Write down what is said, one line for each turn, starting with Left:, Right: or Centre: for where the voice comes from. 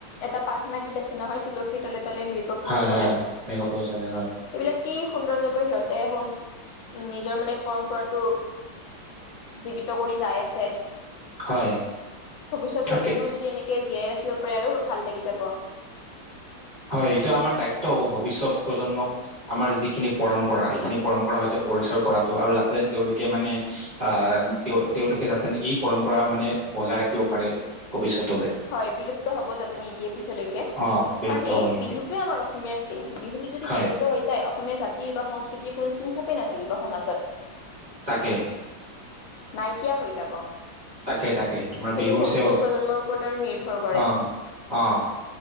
Left: এটা প্ৰাৰ্থনা গীত আছে নহয় তুলসীৰ তলত তলে মৃগ পহু
Right: হয়
Left: চৰে।
Right: হয়
Left: এইবিলাক
Right: মেঘ প্ৰয়োজনে হয়
Left: কি সৌন্দৰ্যকৈ সিহঁতে শুন নিজৰ মানে পৰম্পৰাটো জীৱিত কৰি যাই আছে। ভৱিষ্যত
Right: হয় তাকে
Left: প্ৰজন্মই যদি এনেকে জীয়াই ৰাখিব <unintelligible> আৰু ভাল লাগি যাব।
Right: হয় এইটো আমাৰ দায়িত্ব হ'ব ভৱিষ্যত প্ৰজন্মক, আমাৰ যিখিনি পৰম্পৰা এইখিনি পৰম্পৰা সৈতে পৰিচয় কৰাটো আৰু যাতেন তেওঁলোকে মানে আহ তেওঁ তেওঁলোকে যাতেন এই পৰম্পৰা মানে বজাই ৰাখিব পাৰে ভৱিষ্যত।
Left: হয় বিলুপ্ত হ'ব যাতে নিদিয়ে পিছলৈকে।
Right: অ বিলুপ্ত
Left: কাৰ এই
Right: হব নিদিয়ে
Left: বিহুটোৱে আমাৰ অসমীয়াৰ চিন। বিহুতো যদি
Right: হয়
Left: বিলুপ্ত হৈ যায় অসমীয়া জাতিৰ বা সংস্কৃতিৰ কোনো চিন-চাপেই নাথাকি <unintelligible> সমাজত।
Right: তাকে।
Left: নাইকিয়া হৈ যাব।
Right: তাকে তাকে, তোমাৰ
Left: সেইটো
Right: বিহু হৈছেও।
Left: ভৱিষ্যত প্ৰজন্মৰ ওপৰত আৰু নিৰ্ভৰ কৰে
Right: অ'। অ'